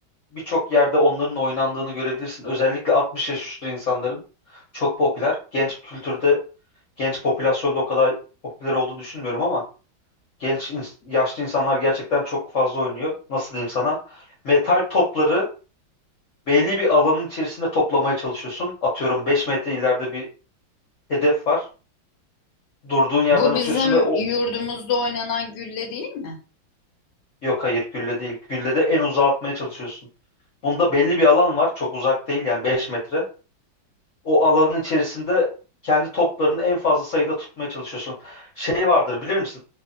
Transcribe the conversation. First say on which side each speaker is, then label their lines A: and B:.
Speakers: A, on the left; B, on the left.
A: birçok yerde onların oynandığını görebilirsin. Özellikle 60 yaş üstü insanların çok popüler. Genç kültürde, genç popülasyonda o kadar popüler olduğunu düşünmüyorum ama genç ins- yaşlı insanlar gerçekten çok fazla oynuyor. Nasıl diyeyim sana? Metal topları belli bir alanın içerisinde toplamaya çalışıyorsun. Atıyorum 5 metre ileride bir hedef var. Durduğun yerden
B: Bu
A: atıyorsun
B: bizim
A: ve o
B: yurdumuzda oynanan gülle değil mi?
A: yok hayır gülle değil. Gülle de en uzağa atmaya çalışıyorsun. Bunda belli bir alan var. Çok uzak değil yani 5 metre. o alanın içerisinde kendi toplarını en fazla sayıda tutmaya çalışıyorsun. Şey vardır bilir misin?